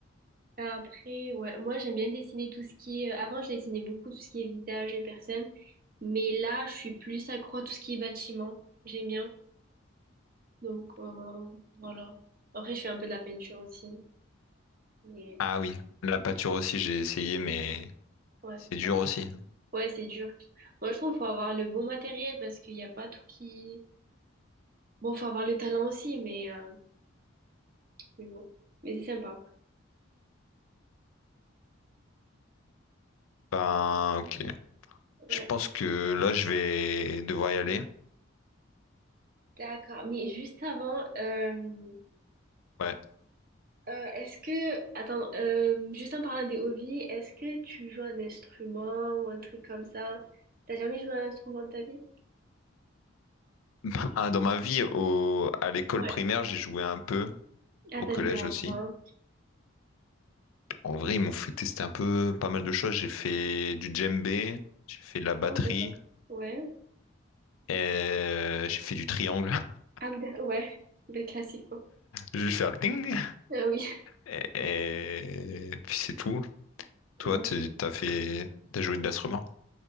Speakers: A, on the right; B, on the left.
A: Après, ouais, moi j'aime bien dessiner tout ce qui est... euh, Avant, je dessinais beaucoup tout ce qui est visage et personne, mais là, je suis plus accro à tout ce qui est bâtiment. J'aime bien. Donc, euh, voilà. Après, je fais un peu de la peinture aussi, mais
B: Ah oui, la pâture aussi, j'ai essayé, mais
A: ouais,
B: c'est dur
A: ça passe.
B: aussi.
A: Ouais, c'est dur. Moi, je trouve qu'il faut avoir le bon matériel parce qu'il n'y a pas tout qui... Bon, faut avoir le talent aussi, mais, euh, mais bon. Mais c'est sympa.
B: Ben, ok.
A: Ouais.
B: Je pense que là, je vais devoir y aller.
A: D'accord, mais juste avant, euh,
B: Ouais.
A: euh, est-ce que, attends, euh, juste en parlant des hobbies, est-ce que tu joues un instrument ou un truc comme ça? T'as jamais joué à un instrument de ta vie?
B: <laughs> Ah, Dans ma vie, au... à l'école
A: Ouais.
B: primaire, j'ai joué un peu,
A: Ah,
B: au
A: t'as
B: collège
A: joué à
B: aussi.
A: quoi?
B: En vrai, ils m'ont fait tester un peu pas mal de choses. J'ai fait du djembé, j'ai fait de la batterie,
A: Ah oui, d'accord. Ouais.
B: et j'ai fait du triangle. <laughs>
A: Ah oui, d'accord, ouais. <laughs> Ben, classique, quoi.
B: Je vais faire le ting.
A: Ah oui.
B: Et, et puis c'est tout. Toi,
A: Ah.
B: t'es- t'as fait, t'as joué de l'instrument?